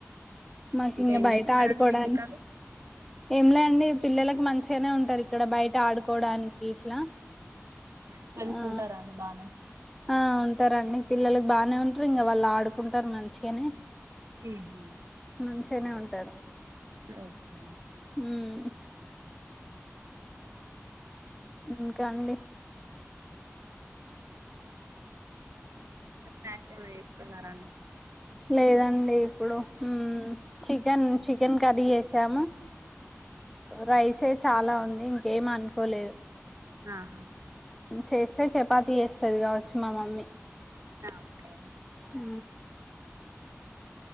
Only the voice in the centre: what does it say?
మాకు ఇంకా
బయట
ఆడుకోవడానికి
ఏం లే అండి పిల్లలకు మంచిగానే ఉంటారు ఇక్కడ బయట ఆడుకోవడానికి ఇట్లా
ఆ
ఆ ఉంటారండి పిల్లలకి బాగానే ఉంటారు ఇంకా వాళ్ళు ఆడుకుంటారు మంచిగానే
మంచిగానే ఉంటారు
హ్మ్ ఇంకా అండి
లేదండి ఇప్పుడు ఉమ్ చికెన్ చికెన్ కర్రీ చేసాము రైసే చాలా ఉంది ఇంకేం అనుకోలేదు
చేస్తే చపాతీ చేస్తది కావచ్చు మా మమ్మీ
అ